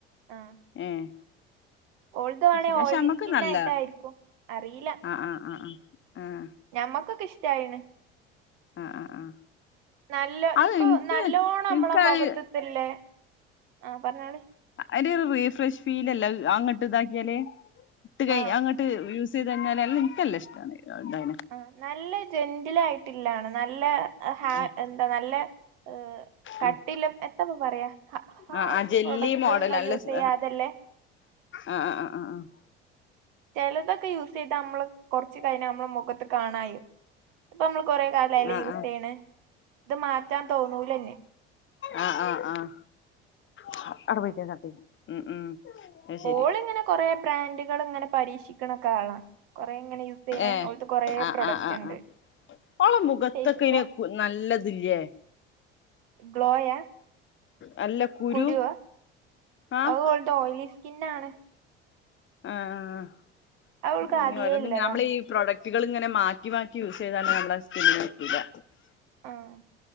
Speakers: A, on the right; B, on the left.
A: ആഹ്
B: ഏഹ്
A: ഓൾത് വേണേ
B: പക്ഷെ
A: ഓയിലി
B: നമ്മക്ക്
A: സ്കിൻ
B: നല്ല
A: ആയിട്ടായിരിക്കും അറിയില്ല
B: ആഹ് ആഹ് ആഹ് ആഹ് ആഹ്
A: ഞമ്മക്കൊക്കെ ഇഷ്ടമായിണ്
B: ആഹ് ആഹ് ആഹ് ആഹ്
A: നല്ല
B: അത്
A: ഇപ്പൊ
B: ഇൻക്ക്
A: നല്ലോണം നമ്മളെ
B: ഇൻക്കത്
A: മുഖത്ത് ഇതില്ലേ ആഹ് പറഞ്ഞോളി
B: എടി ഇത് റീഫ്രഷ് ഫീൽ അല്ല അങ്ങോട്ട് ഇതാക്കിയാലേ ഇട്ട് കൈ
A: ആഹ്
B: അങ്ങട്ട് യൂസ് ചെയ്ത് കഴിഞ്ഞാല് എല്ലാം എനക്ക് നല്ല ഇഷ്ടമാണ് എായെ <unintelligible>
A: ആഹ് നല്ല ജെന്റില ആയിട്ടില്ലാണ് നല്ല
B: ആഹ്
A: എന്താ നല്ല ആഹ് കട്ടില്ല
B: ആഹ്
A: എന്തപ്പം പറയാ ഹാർഷ്
B: ആഹ് ആഹ് ജെല്ലി
A: പ്രൊഡക്റ്റ്
B: മോഡൽ
A: ഒന്നും
B: നല്ല
A: യൂസ്
B: സ്
A: ചെയ്യാതല്ലേ
B: ആഹ് ആഹ് ആഹ് ആഹ് ആഹ്
A: ചിലതൊക്കെ യൂസ് ചെയ്താ നമ്മള് കൊറച്ചു കഴിഞ്ഞാൽ നമ്മള് മുഖത്ത് കാണായി ഇപ്പ നമ്മൾ കൊറെ കാലല്ലേ
B: ആഹ്
A: യൂസ്
B: ആഹ് ആഹ് ആഹ് ആഹ് ആഹ് ആഹ്
A: ചെയ്യണേ ഇത് മാറ്റാൻ തോന്നൂലല്ലേ
B: ആഹ് ആഹ് ആഹ് അ അറ് <unintelligible> ഉം ഉം. അത് ശരി
A: ഓൾ ഇങ്ങനെ കൊറെ ബ്രാൻഡുകൾ ഇങ്ങനെ പരീക്ഷിക്കണൊക്കെ ആളാ കൊറെ ഇങ്ങനെ ചെയ്യണ
B: ഏ
A: ഓളത് കൊറേ
B: ആഹ്
A: പ്രൊഡക്റ്റ്
B: ആഹ് ആഹ്
A: ഉണ്ട്
B: ആഹ് അവളെ മുഖത്തൊക്കെ
A: ഫേസ്പ
B: ഇങ്ങനെ നല്ലതില്ലേ
A: ഗ്ലോയാ
B: നല്ല കുരു
A: കുരുവാ
B: ആഹ്
A: അത് ഓള് ഓയിലി സ്കിന്നാണ്
B: ആഹ്
A: അത് ഓൾക്ക് ആദ്യേ
B: ആഹ്‌
A: ഇള്ളതാ
B: നമ്മള് ഈ പ്രൊഡക്ടുകള് ഇങ്ങനെ മാറ്റി മാറ്റി യൂസ് ചെയ്താലള്ള സ്കിന് പറ്റൂലാ
A: ആഹ്